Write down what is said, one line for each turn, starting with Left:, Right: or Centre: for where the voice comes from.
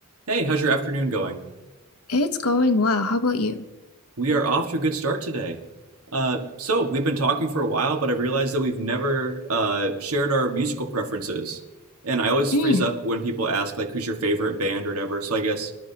Right: Hey, how's your afternoon going?
Left: It's going well. How about you?
Right: We are off to a good start today. Uh, so, we've been talking for a while, but I've realized that we've never uh, shared our musical preferences. And I always
Left: Mm.
Right: freeze up when people ask, like, who's your favorite band or whatever. So, I guess,